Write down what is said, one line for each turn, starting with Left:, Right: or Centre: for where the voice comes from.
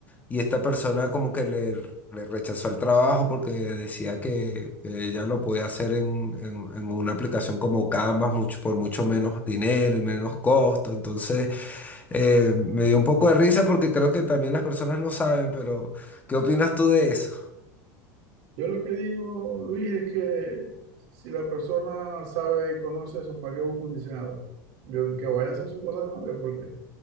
Left: y esta persona como que le, le rechazó el trabajo porque decía que, que ella lo podía hacer en, en- en una aplicación como Canva mucho, por mucho menos dinero y menos costo. Entonces eh, me dio un poco de risa porque creo que también las personas lo saben, pero ¿qué opinas tú de eso?
Right: Yo lo que digo, Luis, es que si la persona sabe y conoce eso, ¿para qué busca un diseñador? Yo- que vaya a hacer su cosa de novio, porque